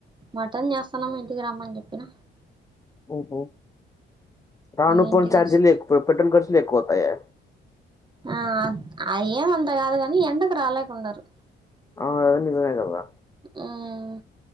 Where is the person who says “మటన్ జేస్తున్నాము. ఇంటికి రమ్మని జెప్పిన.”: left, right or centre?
Right